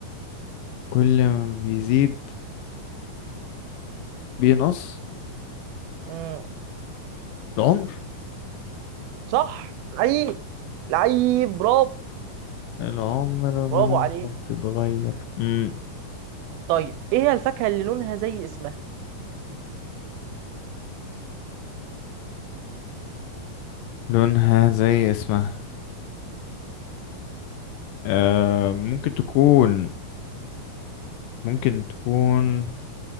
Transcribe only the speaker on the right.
امم
صح لعيب لعيب برافو
برافو عليك
طيب ايه هي الفاكهه اللي لونها زي اسمها